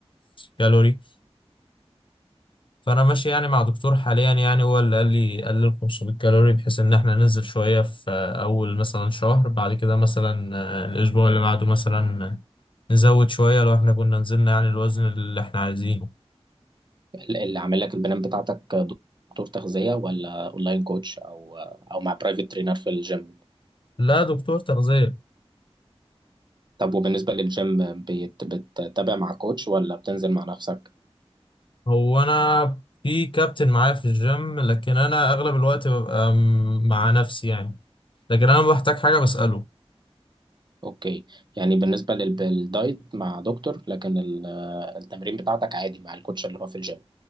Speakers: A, on the left (about 50°); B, on the right (about 45°).
A: كالوري فانا ماشي يعني مع دكتور حاليا يعني هو اللي قال لي قلل 500 كالوري بحيث ان احنا ننزل شوية في اول مثلا شهر بعد كده مثلا آه، الاسبوع اللي بعده مثلا نزود شوية لو احنا كنا نزلنا يعني الوزن اللي احنا عايزينه
B: ال- اللي عامل لك البلان بتاعتك آه، دكتور تغذية ولا اونلاين كوتش او آه، او مع برايفت ترينر في الجيم
A: لا دكتور تغذية
B: طب وبالنسبة للجيم بيت- بتتابع مع كوتش ولا بتنزل مع نفسك؟
A: هو انا في كابتن معايا في الجيم لكن انا اغلب الوقت ببقى م- مع نفسي يعني لكن انا لما بحتاج حاجه بساله
B: اوكي يعني بالنسبة لل- للدايت مع دكتور لكن ال- التمرين بتاعتك عادي مع الكوتش اللي هو في الجيم